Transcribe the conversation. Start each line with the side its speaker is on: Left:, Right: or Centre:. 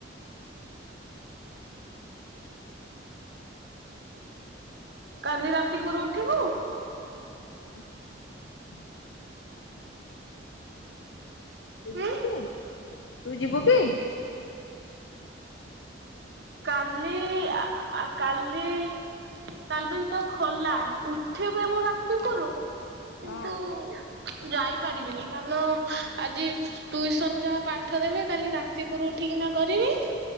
Right: କାଲି ରାତି କୁରୁ ଉଠିବୁ।
Left: <inaudible> ତୁ
Right: ଉଁ
Left: ଯିବୁ କି ତୁ ଯିବୁ କି?
Right: କାଲି ଆ ଆ କାଲି। କାଲିବି ତ ଖୋଲା ଉଠିବି ମୁଁ ରାତି କରୁ
Left: ହଁ
Right: କିନ୍ତୁ ଯାଇପାରିବିନି! କାରଣ ଆଜି ଟୁଇସନ ଯାହା ପାଠ ଦେବେ କାଲି ରାତିକରୁ ଉଠି କି ନା କରିବି।